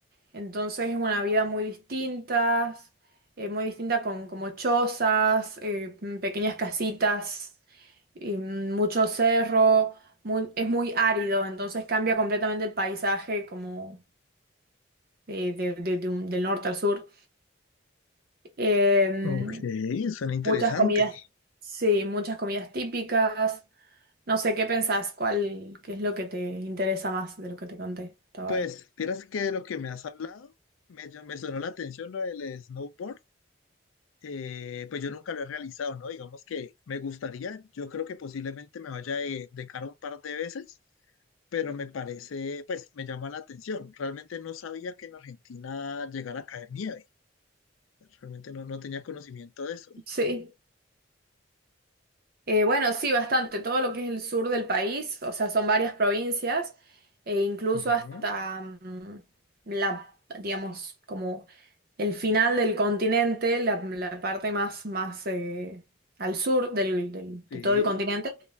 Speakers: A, on the right; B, on the left.
A: Entonces es una vida muy distinta, eh, muy distinta con como chozas, eh, mm, pequeñas casitas, y, mm, mucho cerro, muy- es muy árido, entonces cambia completamente el paisaje como eh, de- de- de un- del norte al sur. Eh,
B: Ok, suena interesante.
A: muchas comidas, sí, muchas comidas típicas. No sé, ¿qué pensás? ¿Cuál, qué es lo que te interesa más de lo que te conté hasta ahora?
B: Pues, vieras que de lo que me has hablado, me, llam- me sonó la atención lo del snowboard. Eh, pues yo nunca lo he realizado, ¿no? Digamos que me gustaría, yo creo que posiblemente me vaya de, de cara un par de veces, pero me parece, pues me llama la atención. Realmente no sabía que en Argentina llegara a caer nieve. Realmente no, no tenía conocimiento de eso.
A: Sí. Eh, bueno, sí, bastante. Todo lo que es el sur del país, o sea, son varias provincias, e incluso
B: Ujú,
A: hasta mm, la, digamos, como el final del continente, la, la parte más, más eh, al sur del- del-
B: Sí,
A: de todo el continente,